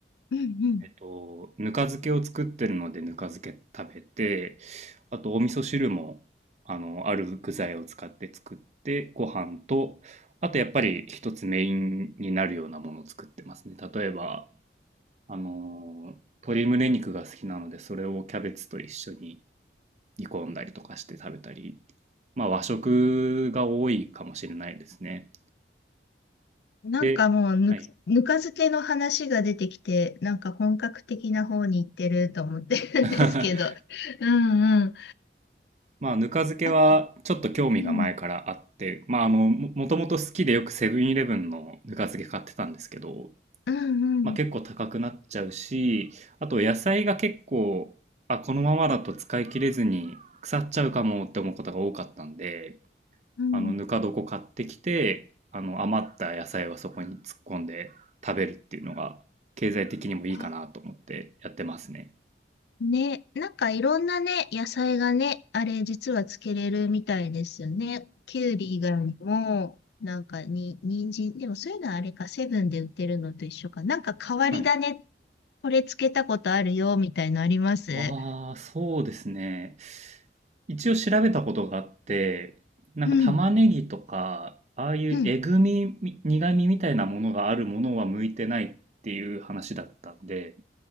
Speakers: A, on the left; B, on the right.
A: うん、うん。
B: えっと、ぬか漬けを作ってるのでぬか漬け食べて、あとお味噌汁も、あの、ある具材を使って作って、ご飯と、あとやっぱり一つメインになるようなものを作ってますね。例えば、あの、鶏胸肉が好きなので、それをキャベツと一緒に煮込んだりとかして食べたり、まあ和食が多いかもしれないですね。
A: なんかもうぬ、
B: で、はい。
A: ぬか漬けの話が出てきて、なんか本格的な方に行ってると思ってるんですけど。
B: <laughs>
A: うんうん。
B: まあ、ぬか漬けはちょっと興味が前からあって、
A: あと、うん。
B: まあ、あの、も、もともと好きでよくセブンイレブンのぬか漬け買ってたんですけど、
A: うんうん。
B: まあ、結構高くなっちゃうし、あと野菜が結構、あ、このままだと使い切れずに腐っちゃうかもって思うことが多かったんで、
A: うんうん。
B: あの、ぬか床買ってきて、あの、余った野菜はそこに突っ込んで食べるっていうのが、経済的にもいいかなと思ってやってますね。
A: あね、なんかいろんなね、野菜がね、あれ実はつけれるみたいですよね。きゅうり以外にも、なんかに、人参、でもそういうのはあれか、セブンで売ってるのと一緒か。なんか変わり種、
B: はい。
A: これつけたことあるよ、みたいのあります
B: ああ、そうですね。一応調べたことがあって、なんか玉ねぎとか、
A: うん。
B: ああいうえぐみ、
A: うん。
B: み苦みみたいなものがあるものは向いてないっていう話だったんで、